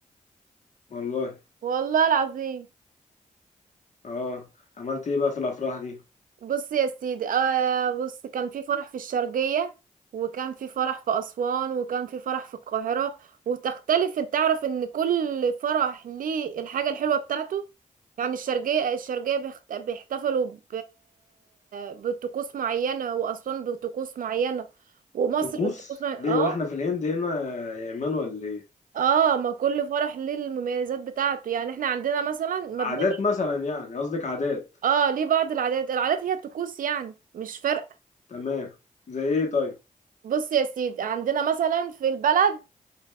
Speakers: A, on the left; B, on the right.
A: والله
B: والله العظيم
A: اه عملت ايه بقى في الافراح دي
B: بص يا سيدي آه بص كان في فرح في الشرقية وكان في فرح في أسوان وكان في فرح في القاهرة وتختلف انت تعرف ان كل فرح ليه الحاجة الحلوة بتاعته يعني الشرقية الشرقية بيخت- بيحتفلوا ب... بطقوس معينة وأسوان بطقوس معينة ومصر
A: طقوس
B: بطقوس معينة
A: ليه
B: اه
A: واحنا في الهند هنا يا ايمان ولا ايه
B: اه ما كل فرح ليه المميزات بتاعته يعني احنا عندنا مثلا ما
A: عادات
B: بنعمل
A: مثلا يعني قصدك عادات
B: اه ليه بعض العادات العادات هي الطقوس يعني مش فارقة
A: تمام زي ايه طيب
B: بص يا سيدي عندنا مثلا في البلد